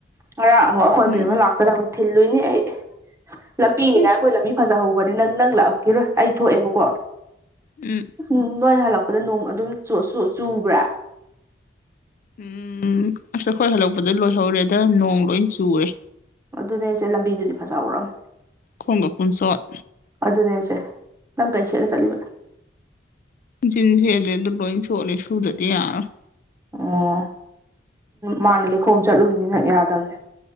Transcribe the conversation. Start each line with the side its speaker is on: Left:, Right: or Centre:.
Right: ꯉꯔꯥꯡ ꯑꯃ ꯑꯥ ꯈꯣꯏ
Left: ꯎꯝ
Right: ꯕꯦꯝꯃ ꯂꯥꯛꯇꯅ ꯑꯃꯨꯛ ꯊꯤꯜꯂꯨꯅꯤ ꯑꯩ ꯂꯝꯄꯤꯅꯦꯒꯥꯏ
Left: ꯏꯁ
Right: ꯑꯩꯈꯣꯏ ꯂꯝꯕꯤ ꯐꯖꯍꯧꯕꯅꯦ ꯅꯪ ꯅꯪ ꯂꯥꯛꯑꯝꯒꯤꯔꯣꯏ ꯑꯩ ꯊꯣꯛꯑꯦꯕꯀꯣ
Left: ꯎꯝ
Right: <unintelligible> ꯅꯣꯏ ꯍꯜꯂꯛꯄꯗ ꯅꯣꯡ ꯑꯗꯨꯝ ꯆꯣ ꯆꯣ ꯆꯨꯕ꯭ꯔꯥ
Left: ꯎꯝ ꯑꯁ ꯍꯩꯈꯣꯏ ꯍꯜꯂꯛꯄꯗ ꯂꯣꯏꯍꯧꯔꯦꯗ ꯅꯣꯡ ꯂꯣꯏ ꯆꯨꯔꯦ
Right: ꯑꯗꯨꯅꯦ ꯍꯥꯏꯁꯦ ꯂꯝꯕꯤꯗꯨꯗꯤ ꯐꯖꯍꯧꯔꯝꯅꯦ
Left: ꯈꯣꯡꯒ ꯄꯨꯝꯆꯣꯠ
Right: ꯑꯗꯨꯅꯦ ꯍꯥꯏꯁꯦ ꯅꯪ ꯀꯩ ꯁꯦꯠꯂ ꯆꯠꯂꯤꯕ
Left: ꯖꯤꯟ ꯁꯦꯠꯂꯦ ꯑꯗꯨ ꯂꯣꯏ ꯆꯣꯠꯂꯦ ꯁꯨꯗꯔꯗꯤ ꯌꯥꯔꯔꯣꯏ
Right: ꯑꯣ ꯃꯥꯅꯦ ꯂꯩꯈꯣꯝ ꯆꯠꯂꯨꯕꯅꯤꯅ ꯌꯥꯗꯕꯅꯦ